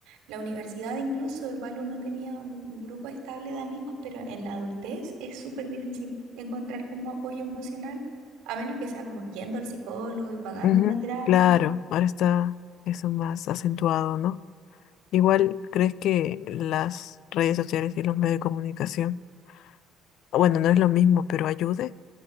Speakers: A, on the right (about 85°); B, on the left (about 70°).
A: la universidad incluso igual uno tenía un un grupo estable de amigos, pero en la adultez es súper difícil encontrar como apoyo emocional, a menos que sea como yendo al psicólogo y pagando
B: Ujú.
A: una terapia.
B: Claro, ahora está eso más acentuado, ¿no? Igual, ¿crees que las redes sociales y los medios de comunicación, bueno, no es lo mismo, pero ayude?